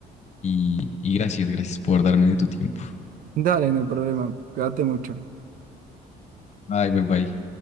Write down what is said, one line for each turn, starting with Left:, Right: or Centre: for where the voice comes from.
Left: y, y gracias, gracias por darme de tu tiempo.
Right: Dale, no hay problema. Cuídate mucho.
Left: Bye, bye, bye.